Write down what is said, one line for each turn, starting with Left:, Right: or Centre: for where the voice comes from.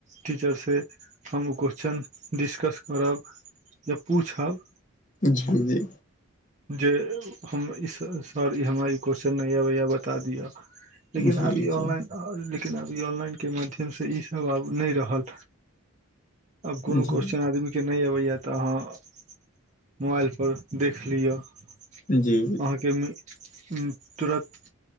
Right: टीचरसँ हम ओ क्वेेश्चन डिस्कस करब या पूछब।
Left: जी जी।
Right: जे हम ई सॉरी हमरा ई क्वेेश्चन नहि अबैए बता दिअ। लेकिन
Left: जी
Right: अब ई
Left: जी
Right: ऑनलाइन लेकिन अभी ऑनलाइनके माध्यमसँ ईसभ आब नहि रहल। अब कोनो
Left: जी
Right: क्वेस््चन आदमी के नय अबे या ते अहा मोबाइल पर देख लिअऽ अहाँके
Left: जी जी
Right: मि तुरन्त